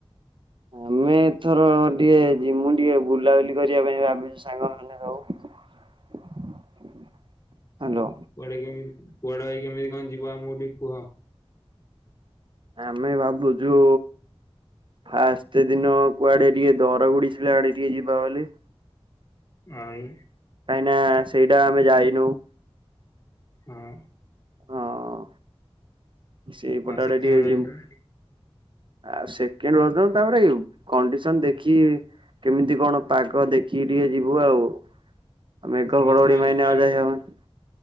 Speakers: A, on the right; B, on the left.
A: ଆମେ ଏଥର ଟିକେ ଯିମୁ ଟିକେ ବୁଲାବୁଲି କରିବା ପାଇଁ ଭାବିଚୁ ସାଙ୍ଗ ମାନେ। ଆଉ ହ୍ୟାଲୋ
B: କୁଆଡେ କେମିତି କୁଆଡେ ଭାଇ କେମିତି କଣ ଯିବ ଆମକୁ ଟିକେ କୁହ?
A: ଆମେ ଭାବୁଚୁ ଫାଷ୍ଟ ଦିନ କୁଆଡେ ଟିକେ ଦର ବୁଢୀ ଶିଳା ଆଡେ ଟିକେ ଯିବା ବୋଲି।
B: ଆଇ
A: କାଇଁନା ସେଇଟା ଆମେ ଯାଇନୋଉ।
B: ହଁ
A: ହଁ ସେଇପଟ
B: ଆଉ ସେକେଣ୍ଡ
A: ଆଡେ ଟିକେ
B: ରଜ
A: ଯିମୁ।
B: ଦିନ
A: ଆଉ ସେକେଣ୍ଡ ରଜ ତାପରେ କଣ୍ଡିସନ ଦେଖି କେମିତି କଣ ପାଗ ଦେଖିକି ଟିକେ ଯିବୁ ଆଉ। ମେଘ
B: କିନ୍ତୁ
A: ଘଡ଼ଘଡ଼ି
B: ଫାଷ୍ଟ
A: ମାଇଲେ
B: ପ୍ଲାନିଂ
A: ଆଉ ଯାଇ ହବନି।